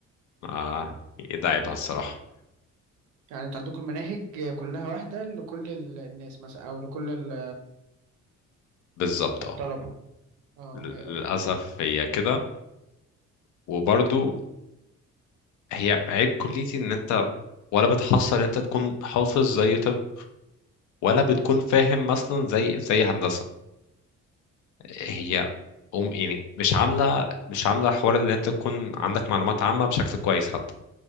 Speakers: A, on the left; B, on the right.
A: آه ده عيبها الصراحه
B: يعني انتوا عندكم المناهج كلها واحدة لكل ال- الناس مثلا او لكل ال-
A: بالظبط
B: الطلبة
A: اه
B: اه
A: للاسف
B: هي
A: هي كده وبرضو هي عيب كليتي ان انت ولا بتحصل ان انت تكون حافظ زي طب ولا بتكون فاهم مثلا زي زي هندسه هي أم- يعني مش عامله مش عامله حوار اللي انت تكون عندك معلومات عامه بشكل كويس حتى